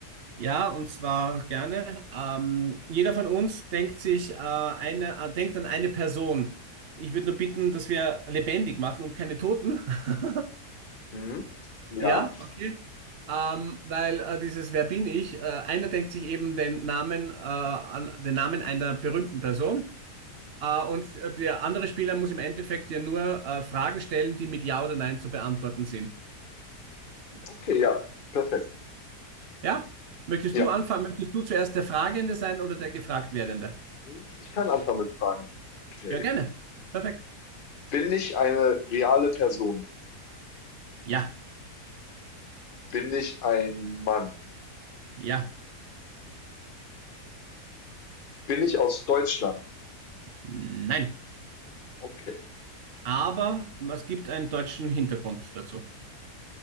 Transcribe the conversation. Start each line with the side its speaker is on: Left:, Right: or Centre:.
Right: Ja, und zwar gerne. Ähm, jeder von uns denkt sich äh, eine, äh, denkt an eine Person. Ich würde nur bitten, dass wir lebendig machen und keine Toten. <laughs>
Left: Mhm. Ja,
Right: Ja, okay. Ähm, weil äh, dieses Wer bin ich? Äh, einer denkt sich eben den Namen, äh, an, den Namen einer berühmten Person. Äh, und der andere Spieler muss im Endeffekt ja nur äh, Fragen stellen, die mit Ja oder Nein zu beantworten sind.
Left: okay, ja, perfekt.
Right: Ja? Möchtest
Left: Ja,
Right: du anfangen? Möchtest du zuerst der Fragende sein oder der gefragt werdende?
Left: Mhm. ich kann anfangen mit Fragen. Okay.
Right: Ja, gerne. Perfekt.
Left: Bin ich eine reale Person?
Right: Ja,
Left: Bin ich ein Mann?
Right: ja,
Left: Bin ich aus Deutschland?
Right: nein.
Left: Okay,
Right: Aber es gibt einen deutschen Hintergrund dazu.